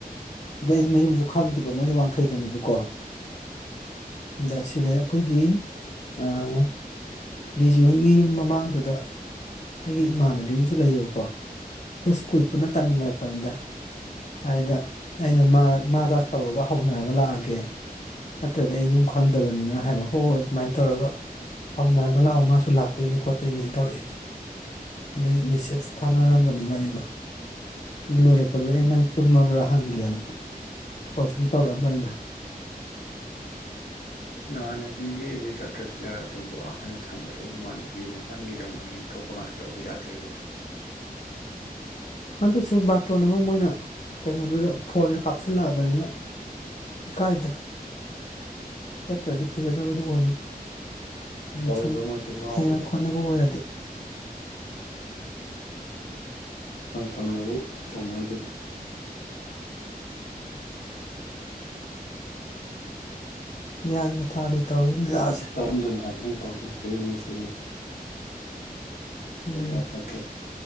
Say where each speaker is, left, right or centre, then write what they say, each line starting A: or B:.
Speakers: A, on the left; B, on the left.
A: ꯑꯗ ꯑꯩ ꯃꯌꯨꯝꯁꯨ ꯈꯪꯗꯦꯕ ꯃꯣꯏꯁꯨ ꯋꯥꯡꯈꯩꯗꯅꯦꯕꯀꯣ ꯑꯗ ꯁꯤꯗ ꯑꯩꯈꯣꯏꯒꯤ ꯑꯥ ꯕꯤ ꯖꯤꯨ ꯍꯣꯏꯒꯤ ꯌꯨꯝ ꯃꯃꯥꯡꯗꯨꯗ ꯑꯩꯒꯤ ꯏꯃꯥꯟꯅꯕꯤ ꯑꯃꯁꯨ ꯂꯩꯌꯦꯕꯀꯣ ꯑꯩꯈꯣꯏ ꯁ꯭ꯀꯨꯜ ꯄꯨꯟꯅ ꯇꯝꯃꯤꯟꯅꯔꯛꯄꯅꯤꯗ ꯍꯥꯏꯗ ꯑꯩꯅ ꯃꯥꯒ ꯇꯧꯔꯒ ꯍꯧꯅꯔꯒ ꯂꯥꯛꯑꯒꯦ ꯅꯠꯇ꯭ꯔꯗꯤ ꯑꯩ ꯌꯨꯝ ꯈꯪꯗꯕꯅꯤꯅ ꯍꯥꯏꯕ ꯍꯣꯏ ꯍꯣꯏ ꯑꯗꯨꯃꯥꯏꯅ ꯇꯧꯔꯒ ꯍꯧꯅꯔꯒ ꯂꯥꯛꯑꯣ ꯃꯥꯁꯨ ꯂꯥꯛꯇꯣꯏꯅꯤ ꯈꯣꯠꯇꯣꯏꯅꯤꯅ ꯇꯧꯔꯛꯏ ꯑꯗꯨꯒꯤ ꯃꯦꯁꯦꯁ ꯊꯥꯅꯔꯝꯕꯅꯤ ꯏꯕꯥꯅꯤꯗꯣ ꯂꯣꯏꯔꯛꯄꯗꯨꯗ ꯑꯩ ꯅꯪ ꯇꯨꯝꯃꯕ꯭ꯔꯥ ꯍꯪꯒꯦꯅ ꯀꯣꯜ ꯁꯨꯝ ꯇꯧꯔꯛꯑꯝꯕꯅꯤꯗ
B: ꯅꯃꯥꯟꯅꯕꯤꯒꯤꯗꯤ ꯆꯠꯇ꯭ꯔꯁꯨ ꯌꯥꯔꯗꯨꯕꯨ ꯑꯍꯥꯟꯕ ꯊꯝꯒꯗꯧꯕ ꯅꯃꯥꯟꯅꯕꯤꯅ ꯅꯪꯒꯤꯗ ꯑꯃꯨꯛ ꯍꯌꯦꯡ ꯊꯣꯛꯄ ꯀꯥꯟꯗ ꯇꯧꯕ ꯌꯥꯗꯣꯔꯤꯕꯣ ꯑꯗꯨꯕꯨ
A: ꯑꯗꯨꯁꯨ ꯕꯥꯔꯇꯣꯟ ꯑꯃ ꯃꯣꯏꯅ ꯀꯩꯅꯣꯗꯨꯗ ꯐꯣꯟꯗ ꯀꯥꯞꯁꯤꯜꯂꯛꯑꯕꯅꯤꯅ ꯏꯀꯥꯏꯗ ꯆꯠꯇ꯭ꯔꯗꯤ ꯐꯖꯗꯕꯗꯨ ꯑꯣꯏꯅꯤ ꯎꯝ
B: ꯇꯧꯔꯤꯕ
A: ꯁꯨꯝ
B: ꯃꯣꯏꯁꯨ ꯉꯥꯎꯈ꯭ꯔꯦꯗ
A: ꯊꯦꯡꯅ ꯈꯣꯠꯅꯕ ꯑꯣꯏꯔꯗꯤ
B: ꯐꯣꯟ ꯊꯝꯃꯒꯦ ꯇꯧꯅꯔꯤꯗꯨꯕꯨ
A: ꯒꯌꯥꯟꯒ ꯇꯥꯗꯦ ꯇꯧꯔꯤ ꯂꯤꯂꯥꯁꯦ
B: ꯇꯧꯍꯟꯗꯣꯏꯅꯦ ꯍꯥꯏꯕꯗꯤ ꯇꯧꯅꯨ ꯍꯥꯏꯕꯝꯃꯤꯁꯦ
A: ꯎꯝ
B: <unintelligible>